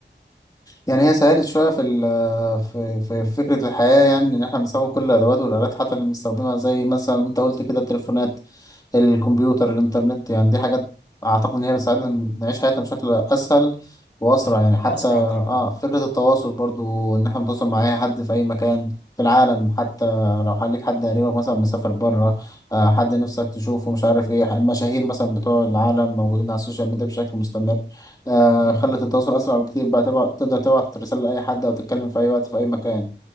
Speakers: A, on the left; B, on the left.
A: يعني هي سهلت شوية في ال في في في فكرة الحياة يعني إن إحنا بنستخدم كل الأدوات والآلات حتى اللي بنستخدمها زي مثلا أنت قلت كده التليفونات الكمبيوتر الإنترنت يعني دي حاجات أعتقد إن هي بتساعدنا نعيش حياتنا بشكل أسهل وأسرع يعني حتى
B: وأسرع
A: آه
B: طبعا
A: فكرة التواصل برضو إن إحنا نتواصل مع أي حد في أي مكان في العالم حتى لو حد- ليك حد قريبك مثلا مسافر بره آه حد نفسك تشوفه مش عارف إيه المشاهير مثلا بتوع العالم موجودين على السوشيال ميديا بشكل مستمر آه
B: مم.
A: خلت التواصل أسرع بكتير بقى تبعت تقدر تبعت رسالة لأي حد أو تتكلم في أي وقت في أي مكان